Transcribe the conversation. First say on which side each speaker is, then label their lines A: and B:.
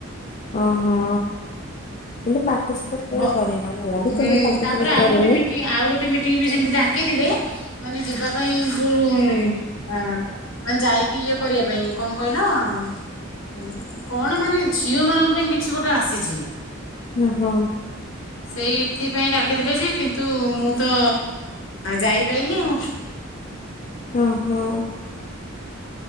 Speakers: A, on the left; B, on the left.
A: ଓହୋ କିନ୍ତୁ ପାର୍ଟିସିପେଟ କେବେ
B: ହଁ
A: କରିନା ମୁଁ ବି
B: ହୁଁ
A: କେବେ ପାର୍ଟିସିପେଟ
B: ତାପରେ ଆଉ
A: କରିନି
B: ଗୋଟେ ମିଟିଂ ଆଉ ଗୋଟେ ମିଟିଂ ବି ସେମିତି ଡାକିଥିଲେ ମାନେ ଯିବା ପାଇଁ ଯୋଉ ଆ ମାନେ ଯାଇକି ଇଏ କରିବା ପାଇଁ କଣ କହିଲ କଣ ମାନେ ଝିଅ ମାନଙ୍କ ପାଇଁ କିଛି ଗୋଟେ ଆସିଛି
A: ଓ ହୋ
B: ସେଇଥିପାଇଁ ଡାକିଥିଲେ ଯେ କିନ୍ତୁ ମୁଁ ତ ଯାଇପାରିଲିନି ଆଉ
A: ଓ ହୋ